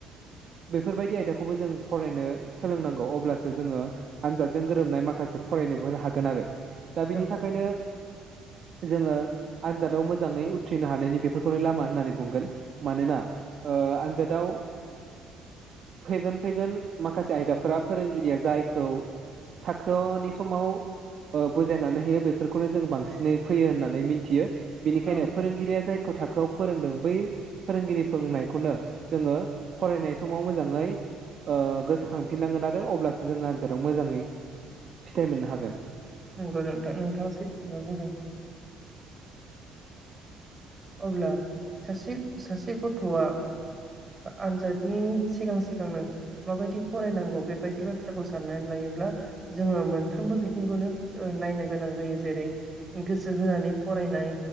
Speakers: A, on the right (about 50°); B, on the right (about 25°).
A: बेफोरबायदि आयदाखौबो जों फरायनो सोलोंनांगौ अब्लासो जोङो आनजादजों गोरोबनाय माखासे फरायनोबो हा गोन आरो दा बिनि
B: औ
A: थाखायनो जोङो आनजादाव मोजाङै उथ्रिनो हानायनि बेफोरखौनो लामा होननानै बुंगोन मानोना ओ आनजादाव फैगोन फैगोन माखासे आयदाफोरा फोरोंगिरिया जायखौ थाखोनि समाव ओ बुजायनानै होयो बेफोरखौनो जों बांसिनै फैयो होननानै मिथियो बेनिखायनो
B: औ
A: फोरोंगिरिया जाय थाखोआव फोरोंदों बै फोरोंगिरि फोरोंनायखौनो जोङो फरायनाय समाव मोजाङै ओ‌‌ गोसोखांफिननांगोन आरो अब्लासो जोङो आनजादाव मोजाङै फिथाइ मोननो हागोन।
B: नंगौ नोंथां नोंथाङा सैथो खोथा बुंदों। अब्ला सासे सासे गथ'आ आनजादनि सिगां सिगांनो माबायदि फरायनांगौ बेबायदि बाथ्राखौ साननानै लायोब्ला जोङो मोनफ्रोमबो बिथिंखौनो नायनो गोनां जायो जेरै गोसो होनानै फरायनाय